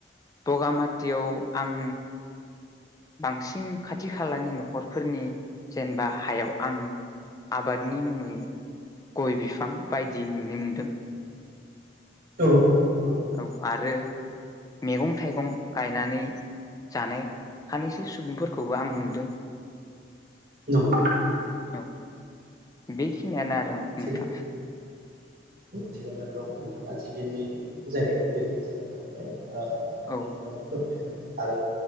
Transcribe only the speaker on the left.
बगामाथियाव आं बांसिन खाथि खालानि न'खरफोरनि जेनेबा हायाव आं आबादनि मुंङै गय बिफां बायदि नुनो मोन्दों।
औ आरो मैगं थाइगं गायनानै जानाय। सानैसो सुबुंफोरखौबो आं नुदों।
औ बेखिनियानो आरो नोंथां।
औ